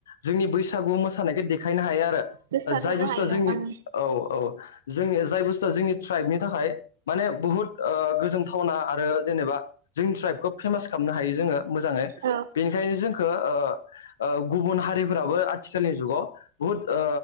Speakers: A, on the left; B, on the right.
A: जोंनि बैसागु मोसानायखो देखायनो हायो
B: गोसारहोनो
A: जाय बुस्थु
B: हायो
A: जोंनि
B: ओं
A: औ औ जोंनि जाय बुु जोंनि ट्राइबनि थाखाय माने बुहुत ओ गोजोनथावना आरो जेनेबा जोंनि ट्राइब खौ फेमास खालामनो हायो जोङो मोजाङै
B: औ
A: बेनिखायनो जोंखौ ओ गुबुन हारि फोराबो आथि खालनि जुगाव बुहुट ओ